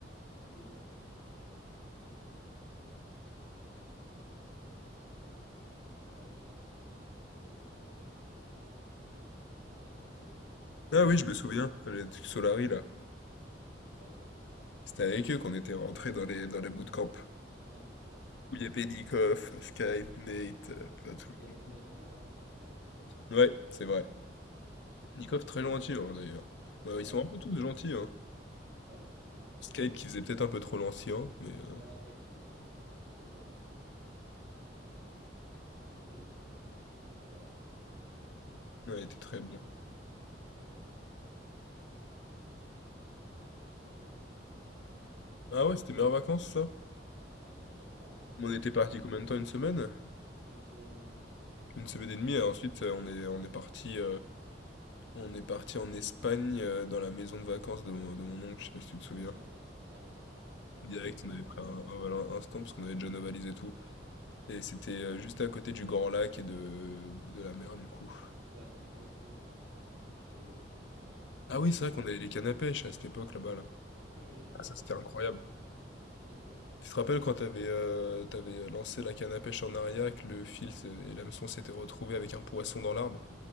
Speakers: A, on the right; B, on the left.
A: Oui, voilà, mais on aimait, euh, je me rappelle qu'on aimait beaucoup Fortnite, donc c'était très sympa. Non, c'était sympa la World Cup. Il y a une belle ambiance, euh, les gens, les- euh, on a, on a rencontré des groupes de supporters français aussi, on a parlé un peu
B: ah
A: avec
B: oui, je me souviens,
A: eux.
B: les trucs Solary, là,
A: Ouais, exact.
B: c'était avec eux qu'on était rentrés dans les dans les bootcamps,
A: Ouais, voilà, ça reste avec
B: où il y avait
A: eux.
B: Nikof, Skype, Nate,
A: Mm.
B: heu,
A: Bah,
B: enfin tout
A: toi, t'avais
B: le monde.
A: pas, t'avais dit bonjour à Nicoff, il t'avait répondu, il était cool
B: Ouais,
A: avec toi, je
B: c'est
A: me rappelle.
B: vrai.
A: C'était très
B: Nikof
A: cool.
B: très gentil,
A: Non, c'est-
B: hein, d'ailleurs. Bah,
A: ah
B: ils sont
A: ouais, non,
B: un peu
A: franchement.
B: tous gentils, hein.
A: Ah oui, non, franchement,
B: Skype
A: euh, oui,
B: qui
A: ils sont
B: faisait
A: trop.
B: peut-être un peu trop l'ancien, mais heu,
A: Ouais, Sky qui faisait un peu, je trouve, euh, pas, le, pas la- le mec un peu trop sûr de lui, qui, était, qui se croyait trop fort. Bon, après, il était très fort, hein,
B: non, il était très
A: pas de problème.
B: bon.
A: Mais ouais, non, c'était ah, c'était c'était très sympa en tout cas. C'était euh, pour moi de mes meilleures, euh, mes meilleures vacances, hein, je pense. hein,
B: Ah ouais,
A: c'est-
B: c'était meilleures vacances, ça?
A: enfin, euh, dans le top 3 hein, franchement,
B: On était
A: je pense,
B: parti
A: en termes
B: combien de temps? une semaine?
A: d'une semaine et demie.
B: une semaine et demie et
A: Une
B: ensuite,
A: se-
B: heu, on est on est parti On est parti en Espagne euh, dans la maison de vacances de mon, de mon oncle, je sais pas si tu te souviens.
A: Ouais, ex- ouais, je me rappelle pas. Tu vois, on
B: Direct,
A: avait quand même enchaîné
B: on avait pris
A: des belles
B: un, un,
A: vacances.
B: voilà,
A: hein.
B: un stand parce qu'on avait déjà nos valises et tout. Et c'était euh,
A: Mm.
B: juste à côté du Grand Lac et de, de la mer du coup.
A: Ouais, exact, ouais, bah, on partait pêcher, après on allait à la, on
B: Ah oui,
A: partait
B: c'est vrai
A: à
B: qu'on
A: la mer.
B: avait les cannes à pêche à cette époque là-bas
A: Ouais.
B: là.
A: Ouais, il y avait qu'à
B: Ah
A: la
B: ça
A: pêche
B: c'était
A: dans
B: incroyable.
A: la maison tout, tout donc ouais.
B: Tu te rappelles quand t'avais euh, t'avais euh, lancé la canne à pêche en arrière et que le fil s- et l'hameçon s'étaient retrouvés avec un poisson dans l'arbre?